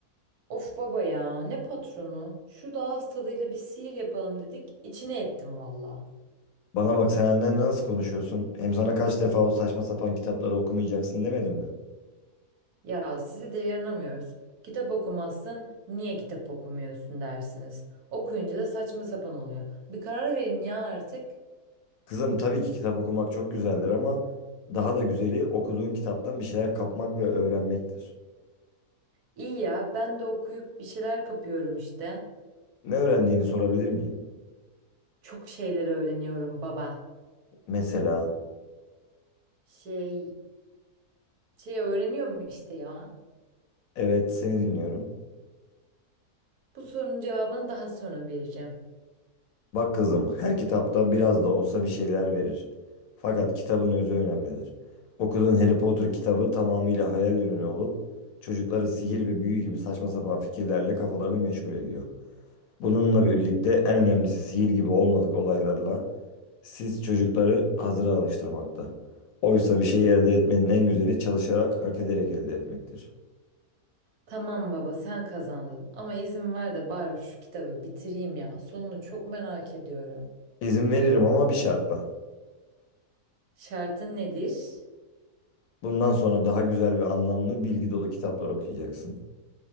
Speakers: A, on the right (about 75°); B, on the left (about 70°).
A: Of baba ya ne patronu? Şu ağız tadıyla bir sihir yapalım dedik. içine ettim valla.
B: Bana bak sen annenle nasıl konuşuyorsun? Hem sana kaç defa o saçma sapan kitapları okumayacaksın demedim mi?
A: Ya size de yaranamıyoruz. Kitap okumazsın, niye kitap okumuyorsun dersiniz. Okuyunca da saçma sapan oluyor. Bir karar verin ya artık.
B: Kızım tabii ki kitap okumak çok güzeldir ama daha da güzeli okuduğun kitaptan bir şeyler kapmak ve öğrenmektir.
A: İyi ya ben de okuyup bir şeyler kapıyorum işte.
B: Ne öğrendiğini sorabilir miyim?
A: Çok şeyler öğreniyorum baba.
B: Mesela,
A: Şey, şey öğreniyorum işte ya.
B: evet seni dinliyorum.
A: Bu sorunun cevabını daha sonra vereceğim.
B: Bak kızım, her kitapta biraz da olsa bir şeyler verir. Fakat kitabın özü önemlidir. Okuduğun Harry Potter kitabı tamamıyla hayal ürünü olup çocukları sihir ve büyü gibi saçma sapan fikirlerle kafalarını meşgul ediyor. Bununla birlikte en önemlisi sihir gibi olmadık olaylarla siz çocukları hazıra alıştırmakta. Oysa bir şeyi elde etmenin en güzeli çalışarak, hak ederek elde etmektir.
A: Tamam baba sen kazandın ama izin ver de bari şu kitabı bitireyim ya. Sonunu çok merak ediyorum.
B: İzin veririm ama bir şartla.
A: Şartın nedir?
B: Bundan sonra daha güzel ve anlamlı, bilgi dolu kitaplar okuyacaksın.